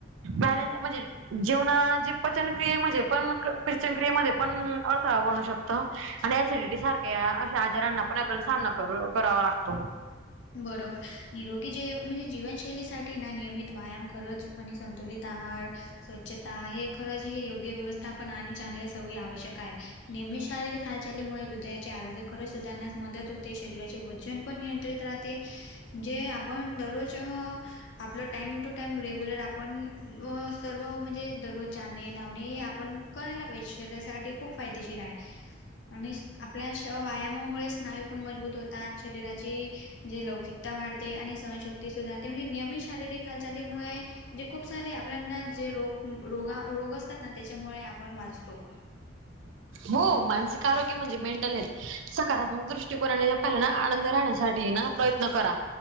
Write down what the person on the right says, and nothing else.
बॅलन्स म्हणजे जेवणा जे पचनक्रियेमध्ये पण पचनक्रियेमध्ये पण अडथळा बनू शकतो. ता आणि एसिडिटी सारख्या अशा आजारांना पण आपल्याला सामना करू करावा लागतो.
हो मानसिक आरोग्य म्हणजे मेंटल हेल्थ सकारात्मक दृष्टकोनाने हे पाहिलं ना आनंद राहण्यासाठी हे ना प्रयत्न करा